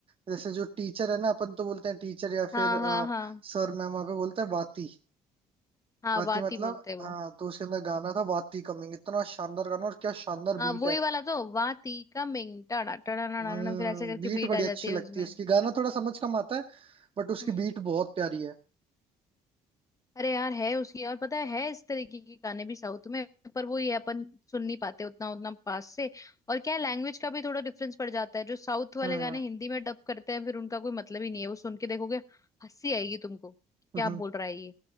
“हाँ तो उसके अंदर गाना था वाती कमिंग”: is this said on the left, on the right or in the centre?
Right